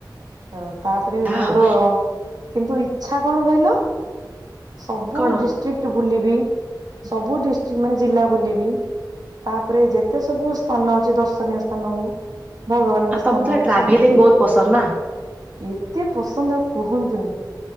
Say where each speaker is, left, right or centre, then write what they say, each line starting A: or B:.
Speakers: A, on the right; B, on the right.
A: ଏ ତାପରେ
B: ଆଉ
A: ମୋର। କିନ୍ତୁ ଇଛା କଣ କହିଲ ସବୁ
B: କଣ
A: ଡିଷ୍ଟ୍ରିକ୍ଟ ବୁଲିବି। ସବୁ ଡିଷ୍ଟ୍ରିକ୍ ମାନେ ଜିଲ୍ଲା। ବୁଲିବି ତାପରେ ଯେତେ ସବୁ ସ୍ଥାନ ଅଛି ଦର୍ଶନୀୟ ସ୍ଥାନ ହଉ। ଭଗବାନଙ୍କ
B: ଆଉ ତମକୁ
A: ସ୍ଥାନ
B: ପୁରା ଟ୍ରାଭେଲିଂ
A: ସବୁ ବୁଲିବି।
B: ବହୁତ ପସନ୍ଦ ନା
A: ଏତେ ପସନ୍ଦ କୁହନ୍ତୁନି।